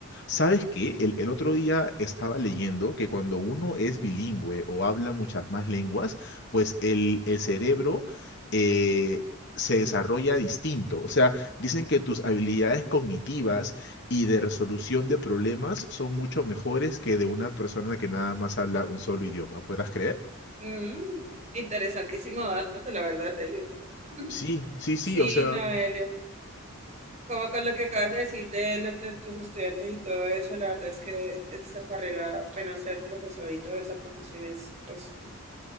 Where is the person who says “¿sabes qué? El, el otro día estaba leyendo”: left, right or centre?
Left